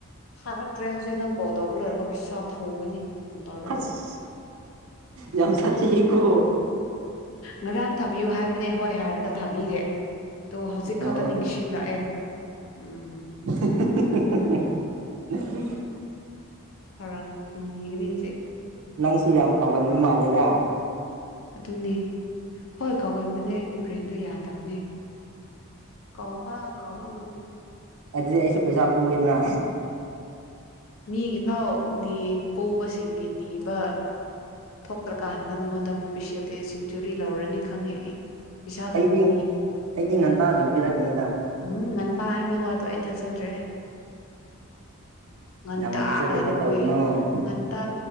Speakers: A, on the left; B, on the right.
A: ꯊꯥꯔꯛꯇ꯭ꯔꯦ ꯍꯧꯖꯤꯛ ꯅꯪ ꯀꯣꯜ ꯇꯧꯕ ꯂꯣꯏꯔꯒ ꯄꯩꯁꯥ ꯊꯧꯒꯅꯤ ꯐꯣꯟ ꯇꯧꯔꯒ
B: ꯑꯁ ꯌꯥꯝ ꯁꯥꯊꯤꯌꯦꯀꯣ
A: ꯉꯔꯥꯡ ꯊꯥꯕꯤꯌꯨ ꯍꯥꯏꯕꯅꯦ ꯍꯣꯏ ꯍꯥꯏꯔꯒ ꯊꯥꯕꯤꯗꯦ ꯑꯗꯣ ꯍꯧꯖꯤꯛꯈꯛ
B: ꯑꯣ
A: ꯑꯝꯇ ꯅꯤꯡꯁꯤꯡꯉꯛꯑꯦ ꯎꯝ
B: <unintelligible>
A: ꯐꯔꯛ ꯅꯒꯅꯤꯁꯦ
B: ꯅꯪꯁꯨ ꯌꯥꯝ ꯀꯥꯎꯒꯟꯕ ꯃꯥꯜꯂꯦꯗ
A: ꯑꯗꯨꯅꯦ ꯍꯣꯏ ꯀꯥꯎꯒꯟꯕꯅꯦ ꯑꯩꯒꯤ ꯕ꯭ꯔꯦꯟꯗꯣ ꯌꯥꯗꯕꯅꯦ ꯀꯥꯎꯕꯥ ꯀꯥꯎꯕ ꯉꯝꯄꯥ
B: ꯑꯗꯨꯗꯤ ꯑꯩꯁꯨ ꯄꯩꯁꯥ ꯄꯨꯒꯦꯗꯅ
A: ꯃꯤꯒꯤꯐꯥꯎ ꯅꯤ ꯄꯨꯕꯁꯤꯡꯒꯤ ꯅꯤꯕ ꯊꯣꯛꯇ꯭ꯔꯀꯥꯟꯁꯤꯗ ꯅꯪꯉꯣꯟꯗ ꯑꯃꯨꯛ ꯄꯤꯁꯤꯜ ꯗꯤ ꯁꯦꯟꯆꯨꯔꯤ ꯂꯧꯔꯅꯤ ꯈꯪꯉꯦ ꯑꯩ ꯏꯁꯥꯒ
B: ꯑꯩꯗꯤ ꯑꯩꯗꯤ
A: ꯅꯤ
B: ꯉꯟꯇꯥ ꯑꯗꯨꯝ ꯄꯤꯔꯛꯀꯅꯤꯗ
A: ꯎꯝ ꯉꯟꯇꯥ ꯍꯥꯏꯕꯩ ꯋꯥꯗꯣ ꯑꯩ ꯊꯥꯖꯗ꯭ꯔꯦ ꯉꯟꯇꯥ
B: ꯌꯥꯝ ꯊꯥꯖꯗꯕ
A: ꯀꯥꯏꯅ
B: ꯇꯧꯒꯅꯨ
A: ꯀꯨꯏ ꯉꯟꯇꯥ